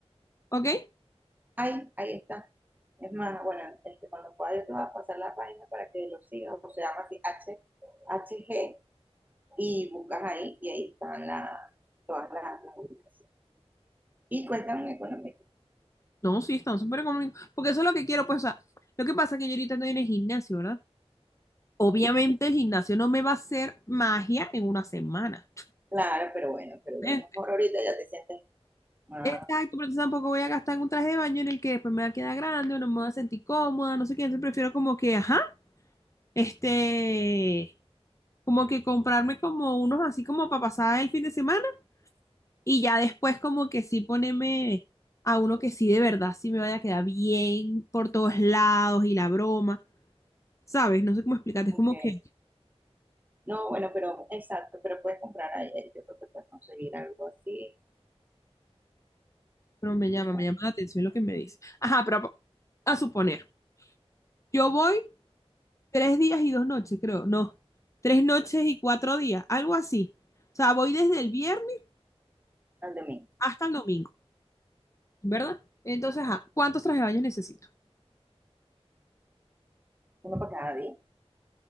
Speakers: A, on the left; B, on the right.
A: ¿ok?
B: Ahí, ahí está. Es más, bueno, este, cuando pueda yo te voy a pasar la página para que lo sigas, o se llama así H, H G y buscas ahí, y ahí están la, todas las, las ubicaciones. Y cuestan económico.
A: No, sí, están súper económicos. Porque eso es lo que quiero, pues, o sea, lo que pasa es que yo ahorita estoy en el gimnasio, ¿verdad? Obviamente el gimnasio no me va a hacer magia en una semana.
B: Claro, pero bueno, pero a
A: Eh,
B: lo mejor ahorita ya te sientes más,
A: Exacto, pero entonces tampoco voy a gastar en un traje de baño en el que después me va a quedar grande o no me voy a sentir cómoda, no sé qué. Entonces prefiero como que, ajá, este, como que comprarme como unos así como para pasar el fin de semana y ya después como que sí ponerme a uno que sí de verdad sí me vaya a quedar bien por todos lados y la broma, ¿sabes? No sé cómo explicarte,
B: ok.
A: es como que,
B: No, bueno, pero exacto, pero puedes comprar ahí, ahí yo creo que puedes conseguir algo así,
A: pero me
B: o
A: llama,
B: sea,
A: me llama la atención lo que me dice. Ajá, pero a a suponer, yo voy Tres días y dos noches, creo. No, tres noches y cuatro días, algo así. O sea, voy desde el viernes
B: al domingo.
A: hasta el domingo, ¿verdad? Entonces, ajá, ¿cuántos trajes de baño necesito?
B: Uno para cada día.